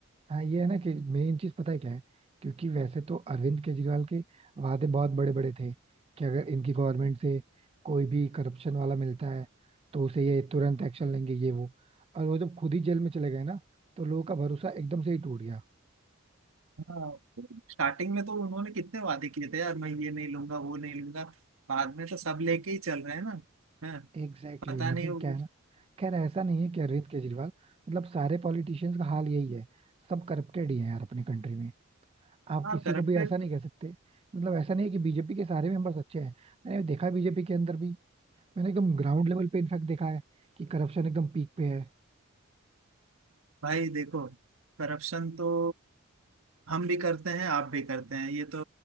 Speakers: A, on the right; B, on the right.
A: हाँ ये है ना कि मेन चीज पता है क्या है क्योंकि वैसे तो अरविंद केजरीवाल के वादे बहुत बड़े बड़े थे कि अगर इनकी गवर्नमेंट से कोई भी करप्शन वाला मिलता है तो उसे ये तुरंत एक्शन लेंगे ये वो और वो जब खुद ही जेल में चले गए ना तो लोगों का भरोसा एकदम से ही टूट गया
B: हाँ स्टार्टिंग में तो उन्होंने कितने वादे किए थे यार मैं ये नहीं लूंगा वो नहीं लूंगा बाद में तो सब लेके ही चल रहे हैं ना हाँ,
A: एग्जैक्टली
B: पता
A: exactly, मतलब
B: नहीं वो
A: क्या है ना खैर ऐसा नहीं है कि अरविंद केजरीवाल मतलब सारे पॉलिटिशियंस का हाल यही है सब करप्टेड ही है यार अपने कंट्री में आप
B: हाँ
A: किसी
B: करप्टेड
A: को भी ऐसा नहीं कह सकते मतलब ऐसा नहीं है कि बीजेपी के सारे मेंबर्स अच्छे हैं मैंने देखा है बीजेपी के अंदर भी मैंने एकदम ग्राउंड लेवल पे इनफैक्ट देखा है कि करप्शन एकदम पीक पे है
B: भाई देखो करप्शन तो हम भी करते हैं आप भी करते हैं ये तो